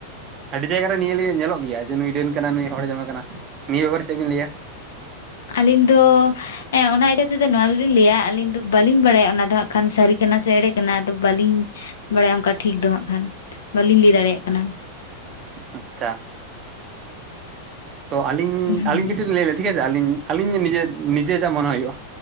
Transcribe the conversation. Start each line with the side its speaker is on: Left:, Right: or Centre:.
Right: ᱟᱹᱰᱤ ᱡᱟᱭᱜᱟ ᱨᱮ ᱱᱤᱭᱟᱹ ᱞᱤᱭᱟᱹ ᱧᱮᱞᱚᱜ ᱜᱮᱭᱟ ᱡᱮ ᱱᱩᱭ ᱰᱟᱹᱱ ᱠᱟᱱᱟ ᱱᱩᱭ ᱦᱚᱲ ᱡᱚᱢᱮ ᱠᱟᱱᱟ ᱱᱤᱭᱟᱹ ᱵᱮᱯᱟᱨᱮ ᱪᱮᱫ ᱵᱤᱱ ᱞᱟᱹᱭᱟ?
Left: ᱟᱹᱞᱤᱧ ᱫᱚ ᱦᱮᱸ ᱚᱱᱟ <unintelligible> ᱛᱮᱫᱚ ᱱᱚᱣᱟ ᱜᱮᱞᱤᱧ ᱞᱟᱹᱭᱟ ᱟᱹᱞᱤᱧ ᱫᱚ ᱵᱟᱞᱤᱧ ᱵᱟᱲᱟᱭᱟ ᱚᱱᱟ ᱫᱚ ᱦᱟᱸᱜ ᱠᱷᱟᱱ ᱥᱟᱹᱨᱤ ᱠᱟᱱᱟ ᱥᱮ ᱮᱲᱮ ᱠᱟᱱᱟ ᱚᱱᱟᱫᱚ ᱵᱟᱹᱞᱤᱧ ᱵᱟᱲᱟᱭᱟ ᱚᱝᱠᱟ ᱴᱷᱤᱠ ᱫᱚ ᱦᱟᱸᱜ ᱠᱷᱟᱱ ᱵᱟᱹᱞᱤᱧ ᱞᱟᱹᱭ ᱫᱟᱲᱮᱭᱟᱜ ᱠᱟᱱᱟ᱾
Right: ᱟᱪᱪᱷᱟ ᱛᱚ ᱟᱹᱞᱤᱧ
Left: ᱦᱳᱭ
Right: ᱟᱹᱞᱤᱧ ᱠᱟᱹᱴᱤᱡ ᱞᱤᱧ ᱞᱟᱹᱭ ᱞᱮ ᱴᱷᱤᱠ ᱟᱪᱷᱮ ᱟᱹᱞᱤᱧ ᱟᱹᱞᱤᱧ ᱱᱤᱡᱮ ᱱᱤᱡᱮ ᱡᱟ ᱢᱚᱱᱮ ᱦᱩᱭᱩᱜ-ᱟ᱾